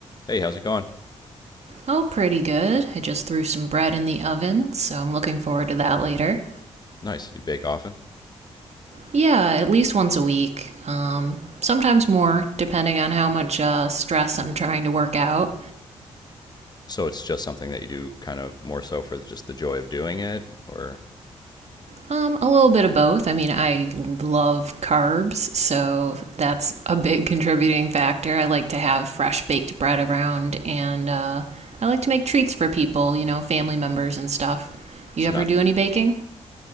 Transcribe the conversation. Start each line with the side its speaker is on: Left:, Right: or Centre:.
Left: hey, how's it going?
Right: Oh, pretty good. I just threw some bread in the oven, so I'm looking forward to that later.
Left: Nice. You bake often?
Right: Yeah, at least once a week. Um, sometimes more, depending on how much uh, stress I'm trying to work out.
Left: So it's just something that you do kind of more so for just the joy of doing it, or
Right: Um, a little bit of both. I mean, I love carbs, so that's a big <laughs> contributing factor. I like to have fresh baked bread around, and uh, I like to make treats for people, you know, family members and stuff. You
Left: so
Right: ever
Left: not
Right: do any baking?